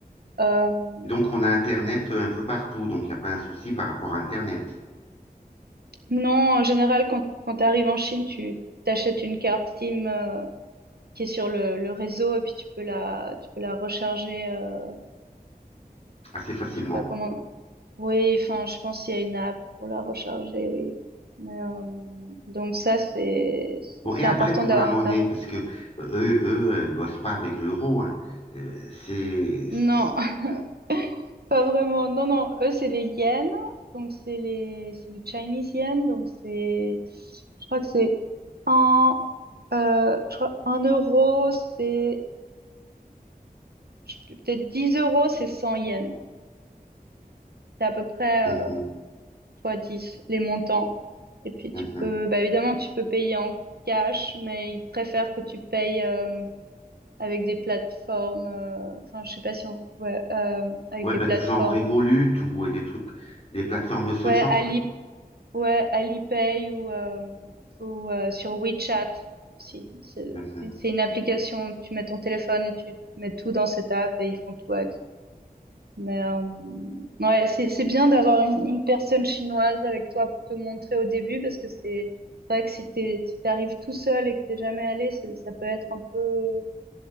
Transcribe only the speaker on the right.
Euh,
non, en général, quand, quand tu arrives en Chine, tu t'achètes une carte SIM euh, qui est sur le, le réseau et puis tu peux la, tu peux la recharger. euh,
je sais pas comment. Oui, enfin, je pense qu'il y a une app pour la recharger, oui. Mais, euh, donc ça, c'est c'est
c'est
important
d'avoir
Internet.
Non, <laughs> pas vraiment. Non, non, eux, c'est les yens. Donc, c'est les, c'est les Chinese yens. Donc, c'est, je crois que c'est un, euh, je crois un euro, c'est je sais plus, peut-être 10 euros, c'est 100 yens. C'est à peu près,
euh, fois 10, les montants. Et puis,
tu peux, bah, évidemment, tu peux payer en cash, mais ils préfèrent que tu payes, euh, avec des plateformes, euh, enfin, je sais pas si on, ouais, euh, avec
des
plateformes.
Ouais,
Ali Ouais, Alipay ou, euh, ou euh, sur WeChat aussi. C'est
c'est une application où tu mets ton téléphone et tu, tu mets tout dans cette app et ils font tout avec. Mais euh, ouais, c'est c'est bien d'avoir une, une personne chinoise avec toi pour te montrer au début parce que c'est c'est vrai que si t'es, si t'arrives tout seul et que t'es jamais allé, ça, ça peut être un peu